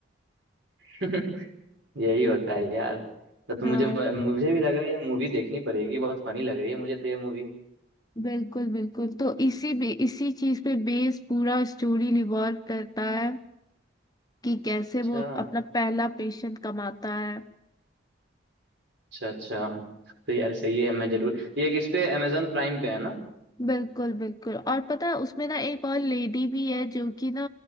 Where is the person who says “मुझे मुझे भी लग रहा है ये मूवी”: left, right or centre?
Right